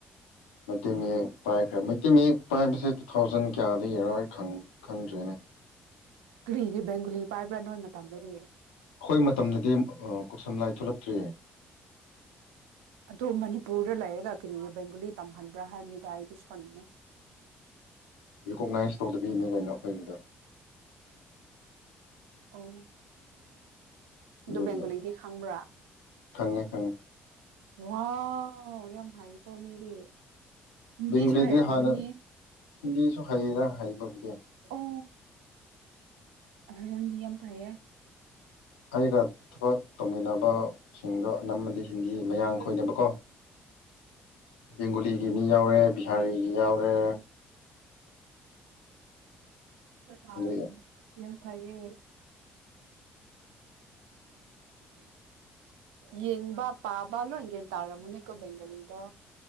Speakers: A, on the left (about 80°); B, on the right (about 80°).
A: ꯃꯩꯇꯩ ꯃꯌꯦꯛ ꯄꯥꯏꯈ꯭ꯔꯦ ꯃꯩꯇꯩ ꯃꯌꯦꯛ ꯄꯥꯏꯕꯁꯦ ꯇꯨ ꯊꯥꯎꯖꯟ ꯀꯌꯥꯗ ꯌꯦꯔꯣꯏ ꯈꯪꯗ꯭ꯔꯦꯅꯦ
B: ꯀ꯭ꯔꯤꯒꯤ ꯕꯦꯡꯒꯨꯂꯤ ꯄꯥꯏꯕ꯭ꯔꯥ ꯅꯣꯏ ꯃꯇꯝꯗꯗꯤ꯫
A: ꯑꯩꯈꯣꯏ ꯃꯇꯝꯗꯗꯤ ꯀꯣꯛꯁꯝ ꯂꯥꯏ ꯊꯣꯛꯂꯛꯇ꯭ꯔꯤꯌꯦ꯫
B: ꯑꯗꯨ ꯃꯅꯤꯄꯨꯔꯗ ꯂꯩꯔꯒ ꯀꯔꯤ ꯕꯦꯡꯒꯣꯂꯤ ꯇꯝꯍꯟꯕ꯭ꯔꯥ ꯍꯥꯏꯕꯅꯤꯗ ꯑꯩꯗꯤ ꯁꯣꯟꯅꯤꯡꯑꯦ꯫
A: ꯔꯤꯀꯣꯛꯅꯥꯏꯁ ꯇꯧꯗꯕꯩꯅꯦ ꯀꯩꯅꯣ ꯑꯩꯈꯣꯏꯒꯤꯗꫭ꯫
B: ꯑꯣ
A: ꯑꯗꯨꯒꯤ
B: ꯑꯗꯣ ꯕꯦꯡꯒꯂꯤꯗꯤ ꯈ꯭ꯔꯥ
A: ꯈꯪꯉꯦ ꯈꯪꯉꯦ
B: ꯋꯥ ꯌꯥꯝ ꯍꯥꯏꯀꯣ ꯃꯤꯗꯤ꯫ ꯍꯤꯟꯕꯤꯁꯨ
A: ꯕꯦꯡꯒꯂꯤꯗꯤ
B: ꯍꯥꯏꯔꯝꯒꯅꯦ
A: ꯍꯥꯟꯅ ꯍꯤꯟꯗꯤꯁꯨ ꯍꯩꯌꯦꯗ ꯍꯩꯕꯕꯨꯗꯤ
B: ꯑꯣ ꯑꯍꯩ ꯅꯪꯗꯤ ꯌꯥꯝ ꯐꯩꯌꯦ꯫
A: ꯑꯩꯒ ꯊꯕꯛ ꯇꯧꯃꯤꯟꯅꯕꯁꯤꯡꯗꯣ ꯑꯅꯝꯕꯗꯤ ꯍꯤꯟꯗꯤ ꯃꯌꯥꯡꯈꯣꯏꯅꯕꯀꯣ
B: ꯑꯥꯎ
A: ꯕꯦꯡꯒꯣꯂꯤꯒꯤ ꯃꯤ ꯌꯥꯎꯔꯦ ꯕꯤꯍꯥꯔꯤꯒꯤ ꯌꯥꯎꯔꯦ
B: <unintelligible>
A: ꯑꯗꯒꯤ
B: ꯐꯌꯦ ꯌꯦꯡꯕ ꯄꯥꯕ ꯂꯣꯏꯒꯦꯟ ꯇꯥꯔꯝꯑꯅꯤꯀꯣ ꯕꯦꯡꯒꯂꯤꯗꯣ꯫